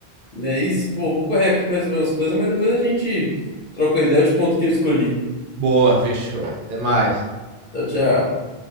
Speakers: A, on the left; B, on the right.
A: Não é isso? Pô, vou correr aqui pra resolver umas coisas, mas depois a gente troca uma ideia, eu te conto o que eu escolhi.
B: Boa, fechou. Até mais.
A: Tchau, tchau.